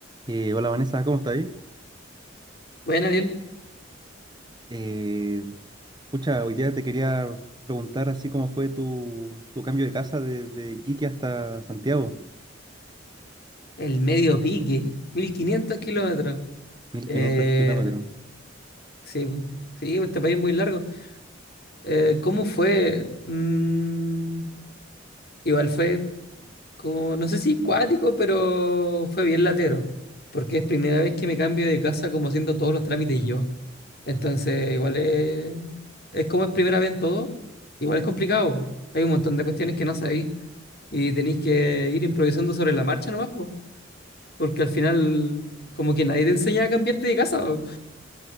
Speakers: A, on the right (about 20°); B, on the left (about 55°).
A: Eh, hola Vanessa, ¿cómo estás ahí?
B: Bueno, Ariel,
A: Eh, pucha, hoy día te quería preguntar así cómo fue tu, tu cambio de casa desde Iquique hasta Santiago,
B: el medio pique, 1500 kilómetros.
A: mil
B: Eh,
A: quinientos kilómetros,
B: sí, po. sí, pues, este país es muy largo. Eh, ¿cómo fue? Mm, igual fue como, no sé si cuático, pero fue bien latero, porque es primera vez que me cambio de casa como haciendo todos los trámites yo. Entonces, igual es, es como es primera vez en todo, igual es complicado. po. Hay un montón de cuestiones que no sabéis y tenéis que ir improvisando sobre la marcha nomás, pues. Porque al final, como que nadie te enseña a cambiarte de casa. o-